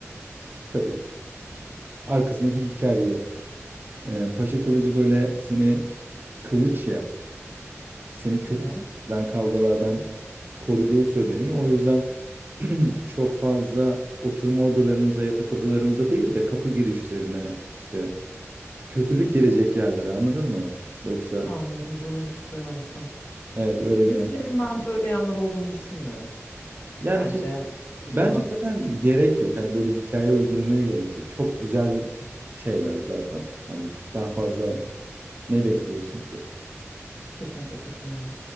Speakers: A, on the right; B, on the left.
A: <laughs> tabii ş- arkasındaki hikaye. Ee, Paşa kılıcı böyle seni kılıç ya. seni kötüden
B: Evet.
A: kavgalardan koruduğu söyleniyor. O yüzden <clears throat> çok fazla oturma odalarınıza, yatak odalarınıza değil de kapı girişlerine işte kötülük gelecek yerlere anladın mı? Yoksa
B: Anladım. Bunu hiç duymamıştım.
A: evet öyle
B: Bitkilerin
A: bir yani.
B: ben böyle yanları olduğunu düşünmüyorum.
A: Yani
B: Bence
A: ki
B: uydurma.
A: bence zaten gerek yok. Hani böyle hikaye uydurmaya gerek yok. Çok güzel şeyler zaten. Hani daha fazla ne bekliyorsun ki?
B: Kesinlikle katılıyorum.